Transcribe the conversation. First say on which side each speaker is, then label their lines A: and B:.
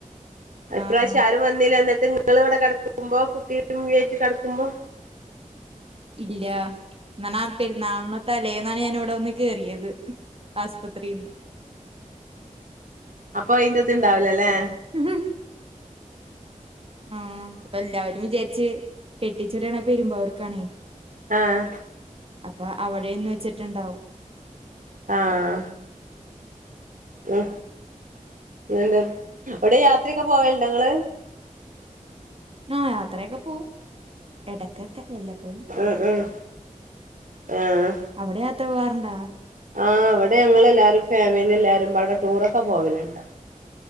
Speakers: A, on the right; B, on the right.
A: ഇപ്രാവശ്യം
B: ആഹ്
A: ആരും വന്നില്ല ന്നട്ട് ഇങ്ങളിവിടെ കെടക്കുമ്പോ കുട്ടിനേം ആയിട്ട് കെടക്കുമ്പോ
B: ഇല്ല ങ്ങനെ പെരുന്നാള്ന് തലേന്നാണ് ഞാൻ ഇവിടെ വന്ന് കേറിയത് ആസ്പത്രിൽന്ന്
A: അപ്പൊ അയിന്റെ ഇത് ഇണ്ടാവലല്ലേ
B: ഉ ആഹ അപ്പൊ എല്ലാവരും വിചാരിച്ചച്ച് കെട്ടിച്ചോടണ പെരുമ്പോ വർക്കാണേ
A: ആഹ
B: അപ്പൊ അവിടെന്ന് വെച്ചിട്ടുണ്ടാവും
A: ആഹ ഉ പിന്ത് അ വിടെ യാത്രയൊക്കെ പോവല്ട്ടോ ങ്ങള്
B: ആഹ യാത്രയൊക്കെ പോവും എ ടക്കക്ക വല്ലപ്പോഴും
A: ആഹ് ആഹ് ആഹ്
B: അവിടെ യാത്ര പോവാറുണ്ടാ
A: ആഹ് അവിടെ ഞങ്ങൾെല്ലാരും ഫാമിലി എല്ലാരും പടെ ടൂറൊക്കെ പോവലുണ്ട്